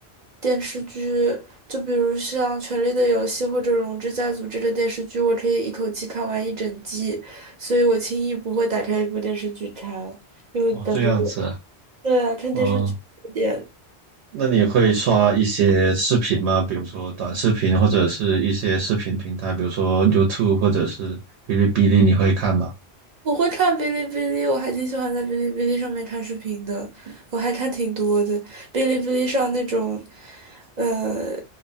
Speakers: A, on the right; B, on the right.
A: 电视剧，就比如像《权力的游戏》或者《龙之家族》这类电视剧，我可以一口气看完一整季，所以我轻易不会打开一部电视剧看，因为感觉
B: 哦，这样子啊。
A: 对啊，看电视剧有点。
B: 哦，那你会刷一些视频吗？比如说短视频或者是一些视频平台，比如说 YouTube 或者是哔哩哔哩，你会看吗？
A: 我会看哔哩哔哩，我还挺喜欢在哔哩哔哩上面看视频的，我还看挺多的。哔哩哔哩上那种，呃